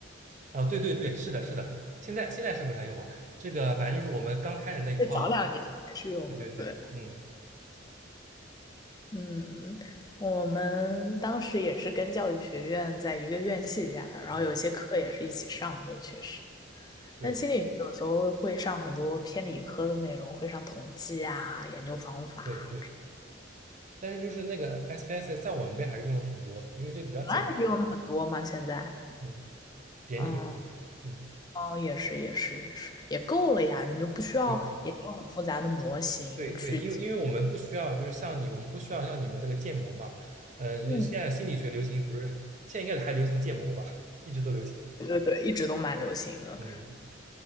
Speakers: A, on the right; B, on the left.
A: 啊，对对对，是的，是的。现在现在是不太用了，这个反正就是我们刚开始那一套。
B: 这 <laughs> 早两年还是用的。
A: 对对对，
B: 对，
A: 嗯
B: 嗯，我们当时也是跟教育学院在一个院系下的，然后有些课也是一起上的，
A: 嗯，
B: 确实。
A: 对
B: 但心理学有时候会上很多偏理科的内容，会上统计啊、研究方法啊
A: 对对。但是就是那个 SPSS 在我们那边还是用的挺多的，因为这比较简单。
B: 你们还是用的很多吗？现在？
A: 嗯。点点就可以了。
B: 嗯，
A: 嗯，
B: 哦，也是，也是，也是，也够了呀，你就不需要研究很复杂的模型去。
A: 对对对，因为因为我们不需要，就是像你，我们不需要像你们那个建模嘛。嗯，
B: 嗯，
A: 就是现在心理学流行不是，现在应该还流行建模吧，一直都流行。
B: 对对对，一直都蛮流行的。
A: 嗯，